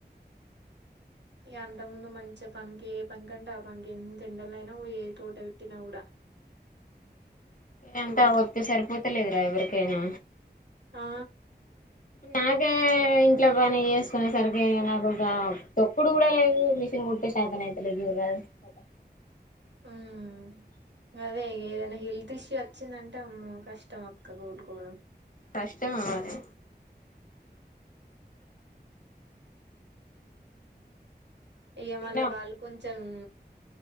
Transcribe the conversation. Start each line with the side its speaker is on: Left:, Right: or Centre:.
Right: ఇగ అంత ముందు మంచి పన్ కే ఏ పన్ కంటే ఆ పన్ కి ఎంత ఎండలయినా ఓయేది టోటల్ కీ టీన్న ఉడా
Left: ఎంత
Right: పోతలేదు
Left: ఓత్తి సర్ పోతలేదురా ఎవరికైనా
Right: ఆ
Left: నాకే ఏ ఇన్ ఇట్లా పని ఏస్ కునే సర్ కే నాకు గామ్ తొక్కుడు కూడా లేదు మిషన్ కుట్టే సేతనయితలేదు జురాదు కథ
Right: ఆ ఊ అదే ఏదనా హెల్ త్ ఇష్యూ ఓచ్చిందంటే అమ్మో కష్టమక్క గోల్ కోడమ్
Left: కష్టమ్ మారే
Right: ఇగ
Left: తిన్నావా
Right: వళ్ళ వాళ్ కొంచమ్